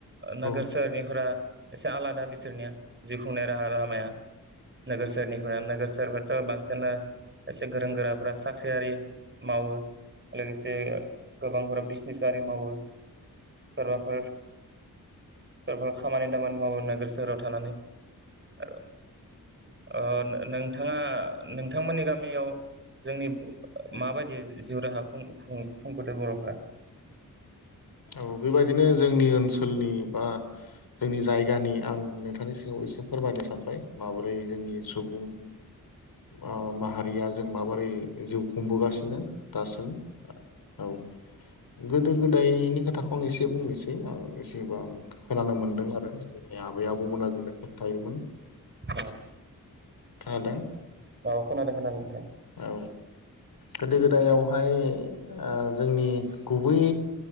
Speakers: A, on the left (about 80°); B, on the right (about 30°).
A: नंगौ
B: नोगोर सोहोरनिफोरा एसे आलादा बिसोरनिया जिउ खुंनाय राहा लामाया नोगोर सेरनिफोरा नोगोर सोरबाथ' बांसिना एसे गोरों गोराफ्रा साख्रियारि मावो लोगोसे गोबांफोरा बिजिनेस आरि मावो सोरबाफोर सोरबा खामानि दामानि मावो नोगोर सोहोराव थानानै ओ ओ नों नोंथाङा नोंथांमोननि गामियाव जोंनि माबायदि जिउ राहा खुं-खुंबोदों बर'फोरा
A: औ बेबायदिनो जोंनि ओनसोलनि बा जोंनि जायगानि आं नोंथांनि सिङाव एसे फोरमायनो सानबाय माबोरै जोंनि सुबुं ओ माहारिया जों माबोरै जिउ खुंबोगासिनो दासिम ओ औ। गोदो गोद दायनि खोथाखौ आं एसे बुंनोसै आं एसेबांं खोनानो मोनदों आरो जोंनि आबै आबौमोना जोंनो खिन्थायोमोन
B: औ
A: खोनादों?
B: औ खोनादो खोनादों नोथां।
A: औ गोदो गोदायावहाय ओ जोंनि गुबै।